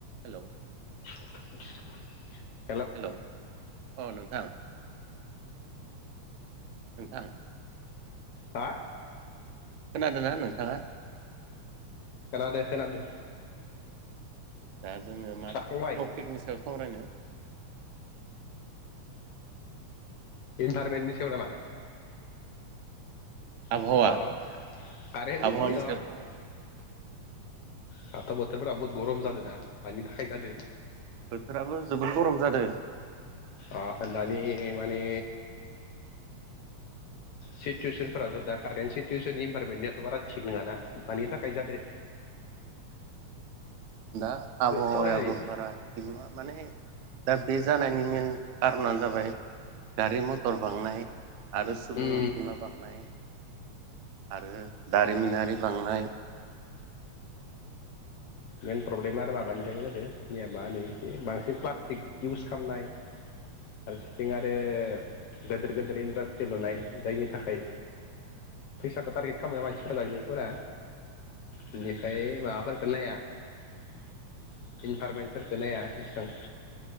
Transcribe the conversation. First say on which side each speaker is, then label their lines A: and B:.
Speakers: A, on the right; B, on the left.
A: हेल'
B: <inaudible>
A: hello अ नोंथां नोंथां
B: हा
A: खोनादोंना नोंथाङा
B: खोनादो खोनादो
A: दा जोङो मा
B: जाखांबाय
A: टपिकनि सायाव सावरायनो
B: इनभारमेन्टनि सायाव नामा
A: आबहावा
B: अ कारेन्टनि
A: आबहावानि
B: अ
A: सायाव स
B: दाथ' बोथोरफोरा बुहुत गरम जादोना मानि थाखाय जादो
A: बोथोराबो जोबोद गरम जादों <inaudible>
B: ओह दानि माने सिटुवेसन फोरथ' दा कारेन्ट सिटुवेसन इनभारमेन्टनियाथ' बारा थिग नङाना मानि थाखाय जादों
A: दा आबहावायाबो
B: सावरायजायो
A: बारा थिग नङा माने दा बे जानायनि मेन कारन जाबाय गारि मटर बांनाय आरो सुबुं
B: उम
A: अनजिमा बांनाय आरो दारिमिनारि बांनाय
B: मइन प्रब्लेमा आरो माबानिफ्रायनो जादों जोंनिया मा होनो बांसिन प्लास्टिक इउस खालामनाय फारसेथिं आरो गोदिर गोेदेर इन्डास्ट्रि लुनाय जायनि थाखाय फैसाखौ टारगेट खालाम मानसिफोरा दायजोमफोरा बेनिफ्राय माबाफोरखौ नाया इनभारमेन्टफोरखौ नाया एसेबां